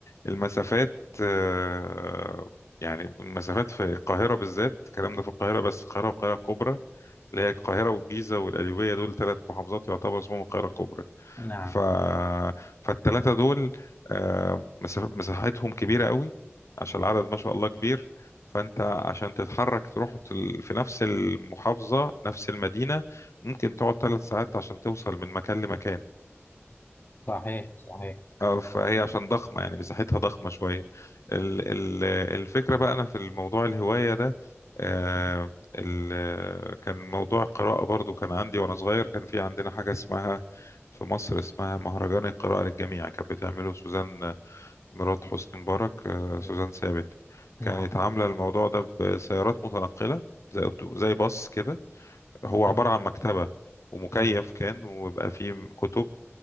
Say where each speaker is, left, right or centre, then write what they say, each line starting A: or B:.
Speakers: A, on the left; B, on the left.
A: المسافات آه، يعني المسافات في القاهرة بالذات الكلام ده في القاهرة بس القاهرة والقاهرة الكبرى اللي هي القاهرة والجيزة والقليوبية دول ثلاث محافظات يعتبر اسمهم القاهرة الكبرى
B: نعم
A: ف... فالثلاثة دول آه، مساف- مساحتهم كبيرة قوي عشان العدد ما شاء الله كبير فأنت عشان تتحرك تروح تل- في نفس المحافظة نفس المدينة ممكن تقعد ثلاث ساعات عشان توصل من مكان لمكان
B: صحيح صحيح
A: اه فهي عشان ضخمة يعني مساحتها ضخمة شوية ال ال الفكرة بقى أنا في الموضوع الهواية ده آه ال كان موضوع القراءة برضو كان عندي وأنا صغير كان في عندنا حاجة اسمها في مصر اسمها مهرجان القراءة للجميع كانت بتعمله سوزان مرات حسني مبارك آه
B: مم.
A: سوزان ثابت
B: نعم
A: كانت عاملة الموضوع ده بسيارات متنقلة زي أوتو- زي باص كده هو
B: تمام
A: عبارة عن مكتبة ومكيف
B: مم.
A: كان ويبقى فيه كتب